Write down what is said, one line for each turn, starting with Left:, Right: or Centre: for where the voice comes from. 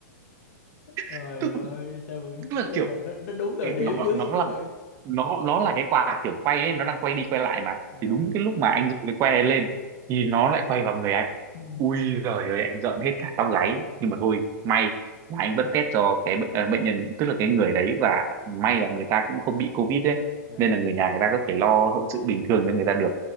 Left: trời
Right: <laughs> tức,
Left: ơi sao vẫn
Right: tức là
Left: sao
Right: kiểu
Left: mà nó, nó đúng thời
Right: Cái-
Left: điểm
Right: nó
Left: dữ
Right: nó
Left: vậy
Right: là
Left: trời
Right: nó nó là cái quạt kiểu quay ấy nó đang quay đi quay lại mà
Left: Dạ.
Right: thì đúng cái lúc mà anh giơ cái que lên thì nó lại quay vào người anh
Left: ừ.
Right: ui giời ơi anh rợn hết cả tóc gáy nhưng mà thôi may là anh vẫn test cho cái bệnh- ờ, bệnh nhân tức là cái người đấy và may là người ta cũng không bị covid đấy
Left: Dạ.
Right: nên là người nhà người ta có thể lo hậu sự bình thường cho người ta được